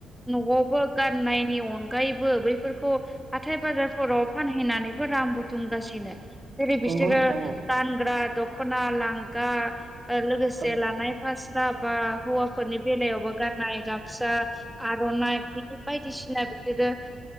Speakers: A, in the centre; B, on the right.
A: न'आवबो गाननायनि अनगायैबो बैफोरखौ हाथाय बाजारफोराव फानहैनानैबो रां बुथुमगासिनो जेरै बिसोरो
B: नंगौ नोंथां औ
A: गानग्रा दख'ना लांगा लोगोसे
B: औ
A: लानाय फास्रा बा हौवाफोरनि बेलायावबो गाननाय गामसा आर'नाइ बिदि बायदि बायदिसिना बिदिनो